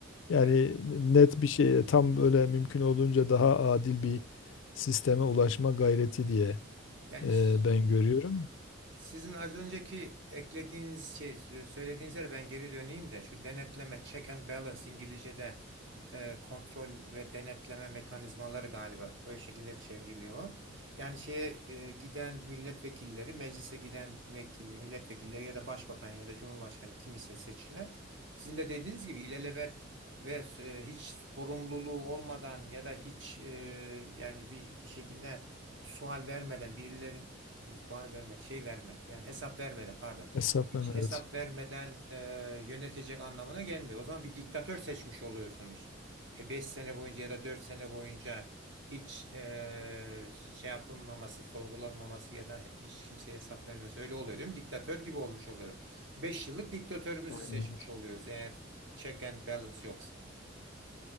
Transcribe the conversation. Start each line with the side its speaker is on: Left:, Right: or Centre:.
Left: Yani
Right: Ya,
Left: net bir şey tam böyle mümkün olduğunca daha adil bir sisteme ulaşma gayreti diye
Right: genç.
Left: e, ben görüyorum.
Right: Sizin az önceki eklediğiniz şey, söylediğiniz ben geri döneyim de şu denetleme, check and balance İngilizce'de e, kontrol ve denetleme mekanizmaları galiba öyle şekilde çevriliyor. Yani şeye e, giden milletvekilleri, meclise giden vekil, milletvekilleri ya da başbakan ya da cumhurbaşkanı kim ise seçilen sizin de dediğiniz gibi ilelebet ve e, hiç sorumluluğu olmadan ya da hiç e, yani bir, bir şekilde sual vermeden birilerin e, Sual vermek, şey vermek yani hesap vermeden pardon.
Left: Hesap
Right: Hiç
Left: verme,
Right: hesap
Left: evet.
Right: vermeden e, yönetecek anlamına gelmiyor. O zaman bir diktatör seçmiş oluyorsunuz. E, 5 sene boyunca ya da 4 sene boyunca hiç e, şey yapılmaması, sorgulanmaması ya da hiç kimseye hesap vermemesi öyle oluyor değil mi? Diktatör gibi olmuş oluyor. 5 yıllık diktatörümüzü
Left: Aynen.
Right: seçmiş oluyoruz eğer check and balance yoksa.